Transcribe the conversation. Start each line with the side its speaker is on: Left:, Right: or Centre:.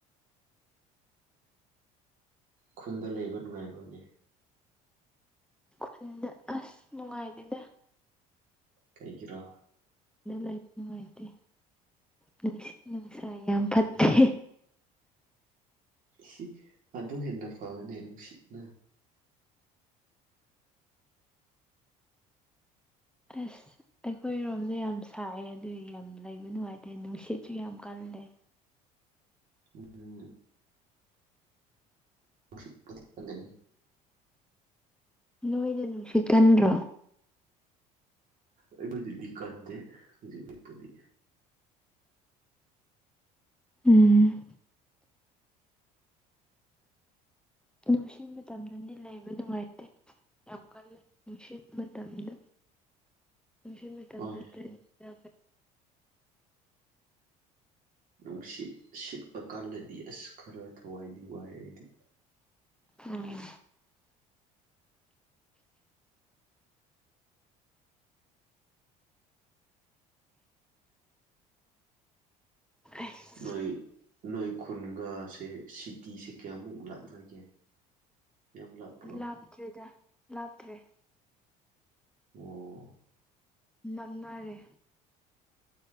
Right: ꯈꯨꯟꯗ ꯂꯩꯕ ꯅꯨꯡꯉꯥꯏꯕꯔꯣꯅꯦ
Centre: ꯈꯨꯟꯗ ꯑꯁ ꯅꯨꯡꯉꯥꯏꯗꯦꯗ
Right: ꯀꯩꯒꯤꯔꯣ
Centre: ꯈꯨꯟꯗ ꯂꯩ ꯅꯨꯡꯉꯥꯏꯇꯦ ꯅꯨꯡꯁꯤꯠ ꯅꯨꯡꯁꯥ ꯌꯥꯝ ꯐꯠꯇꯦ
Right: ꯁꯤ ꯑꯗꯨ ꯍꯦꯟꯅ ꯐꯕꯅꯦ ꯅꯨꯡꯁꯤꯠꯅ
Centre: ꯑꯁ ꯑꯩꯈꯣꯏꯔꯣꯝꯗ ꯌꯥꯝ ꯁꯥꯏꯌꯦ ꯑꯗꯨꯏꯒꯤ ꯌꯥꯝ ꯂꯩꯕ ꯅꯨꯡꯉꯥꯏꯇꯦ ꯅꯨꯡꯁꯤꯠꯁꯨ ꯌꯥꯝ ꯀꯜꯂꯦ
Right: ꯎꯝ ꯎꯝ ꯅꯨꯡꯁꯤꯠꯄꯨꯗꯤ ꯀꯜꯂꯅꯤ
Centre: ꯅꯣꯏꯗ ꯅꯨꯡꯁꯤꯠ ꯀꯟꯗ꯭ꯔꯣ
Right: ꯑꯩꯈꯣꯏꯗꯗꯤ ꯀꯟꯗꯦ ꯍꯧꯖꯤꯛꯄꯨꯗꯤ
Centre: ꯎꯝ ꯅꯨꯡꯁꯤ ꯃꯇꯝꯗꯗꯤ ꯂꯩꯕ ꯅꯨꯡꯉꯥꯏꯇꯦ ꯌꯥꯝ ꯀꯜꯂꯦ ꯅꯨꯡꯁꯤꯠ ꯃꯇꯝꯗ ꯅꯨꯡꯁꯤꯠ ꯃꯇꯝꯗ
Right: ꯍꯣꯏ
Centre: ꯅꯠꯇꯔ꯭ꯗꯤ ꯌꯥꯝ
Right: ꯅꯨꯡꯁꯤꯠ ꯁꯤꯠꯄ ꯀꯥꯟꯗꯗꯤ ꯑꯁ ꯈꯔ ꯊꯋꯥꯏꯗꯤ ꯋꯥꯏ ꯑꯩꯗꯤ
Centre: ꯎꯝ ꯑꯁ
Right: ꯅꯣꯏ ꯅꯣꯏ ꯈꯨꯟꯒ ꯁꯦ ꯁꯤꯇꯤꯁꯦ ꯀꯌꯥꯃꯨꯛ ꯂꯥꯞꯅꯒꯦ ꯌꯥꯝ ꯂꯥꯞꯄ꯭ꯔꯣ
Centre: ꯂꯥꯞꯇ꯭ꯔꯦꯗ ꯂꯥꯞꯇ꯭ꯔꯦ
Right: ꯑꯣ
Centre: ꯅꯛꯅꯔꯦ